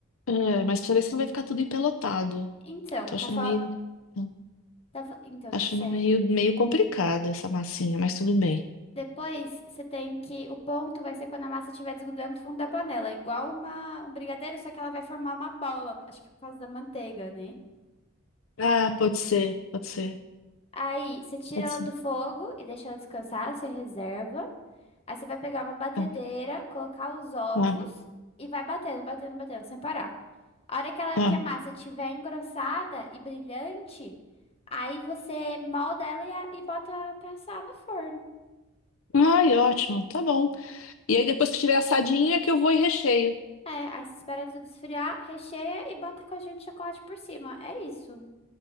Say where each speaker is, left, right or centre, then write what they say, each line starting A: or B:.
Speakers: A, on the left; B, on the left.
A: É, mas precisa ver se não vai ficar tudo empelotado.
B: Então,
A: Tô
B: tá,
A: achando
B: fal...
A: meio, tô
B: tá fa- então
A: achando
B: não sei.
A: meio, meio complicada essa massinha, mas tudo bem.
B: Depois você tem que o ponto vai ser quando a massa estiver desgrudando do fundo da panela, igual uma um brigadeiro, só que ela vai formar uma bola, acho que por causa da manteiga, né?
A: Ah, pode ser, pode ser,
B: Aí você tira
A: pode
B: ela
A: ser.
B: do fogo e deixa ela descansar, você reserva. Aí você vai pegar uma batedeira,
A: Ah,
B: colocar os ovos
A: ah,
B: e vai batendo, batendo, batendo, sem parar. A hora que, ela,
A: ah.
B: que a massa estiver engrossada e brilhante, aí você molda ela e, a- e bota pra assar no forno.
A: Ai, ótimo, tá bom. E aí depois que tiver assadinha é que eu vou e recheio.
B: É, aí você espera tudo esfriar, recheia e bota caldinho de chocolate por cima. É isso.